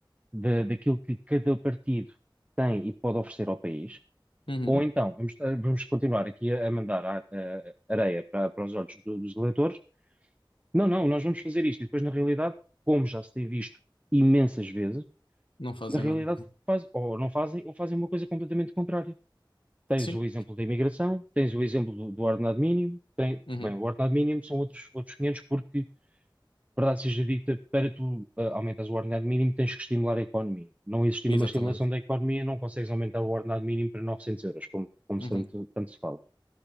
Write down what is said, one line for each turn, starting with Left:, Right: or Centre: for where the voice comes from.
Right: da- daquilo que cada partido tem e pode oferecer ao país.
Left: Uhum.
Right: Ou então, vamos, eh, vamos continuar aqui a, a mandar a- a- areia para, para os olhos do- dos eleitores. Não, não, nós vamos fazer isto. E depois, na realidade, como já se tem visto imensas vezes,
Left: Não fazem
Right: na realidade
Left: nada.
Right: faz, ou não fazem, ou fazem uma coisa completamente contrária. Tens
Left: Sim.
Right: o exemplo da imigração, tens o exemplo do, do ordenado mínimo, tem-
Left: Uhum.
Right: bem, o ordenado mínimo são outros, outros 500 porque, verdade seja dita, para tu ah, aumentares o ordenado mínimo tens que estimular a economia. Não existindo
Left: Exatamente.
Right: uma estimulação da economia, não consegues aumentar o ordenado mínimo para 900 euros, como, como
Left: Uhum,
Right: se tanto, tanto se fala.